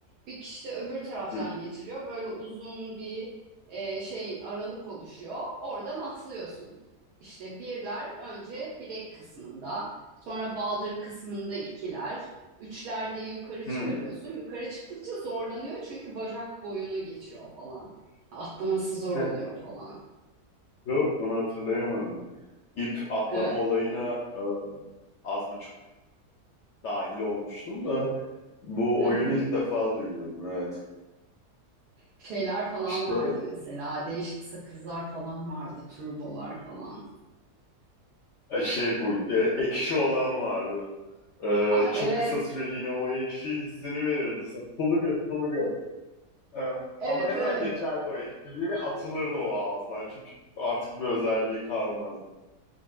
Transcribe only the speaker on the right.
Bir kişi de öbür taraftan
geçiriyor. Böyle uzun bir e, şey aralık oluşuyor. Oradan atlıyorsun. İşte birler önce bilek kısmında, sonra baldır kısmında ikiler, üçler diye yukarı
çıkarıyorsun. Yukarı çıktıkça zorlanıyor çünkü bacak boyunu geçiyor falan. Atlaması zor
oluyor falan.
Evet.
<laughs>
şeyler falan
vardı mesela. Değişik sakızlar falan vardı. Turbolar falan.
Ah
evet.
Evet
evet.